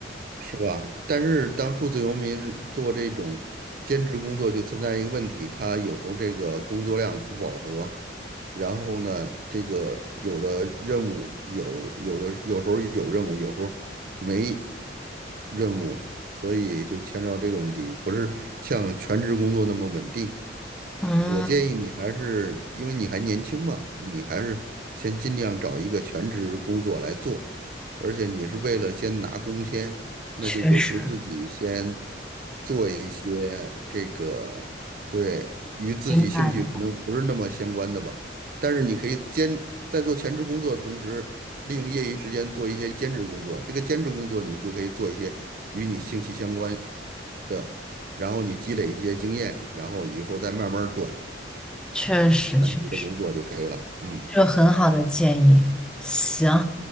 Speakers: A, on the right; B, in the centre.
A: 是吧？但是当数字游民做这种兼职工作，就存在一个问题，他有时候这个工作量不饱和。然后呢，这个有的任务有，有的有时候有任务，有时候没任务，所以就牵扯到这个问题，不是像全职工作那么稳定。
B: 嗯，
A: 我建议你还是，因为你还年轻嘛，你还是先尽量找一个全职工作来做，而且你是为了先拿工签，那就委屈自己先
B: 确实，
A: 做一些这个，对，与自己兴趣可能不是那么相关的吧。
B: 明白的，
A: 但是你可以兼，在做全职工作的同时，利用业余时间做一些兼职工作。这个兼职工作你就可以做一些与你兴趣相关的。然后你积累一些经验，然后以后再慢慢儿转，
B: 确实确实，
A: 全职的工作就可以了。嗯，
B: 这个很好的建议。行，